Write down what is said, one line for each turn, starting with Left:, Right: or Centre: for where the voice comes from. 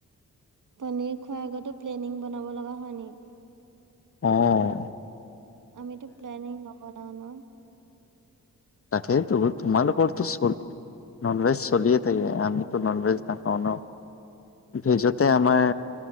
Right: পনীৰ খোৱাৰ আগতো প্লেনিং বনাব লগা হয় নি
Left: অহ
Right: আমিটো প্লেনিং নবনাও ন
Left: তাকেই ত তোমালোকোকৰ তো চল ননভেজ চলিয়ে থাকে আমিতো নন ভেজ নাখাওঁ ন ভিজতে আমাৰ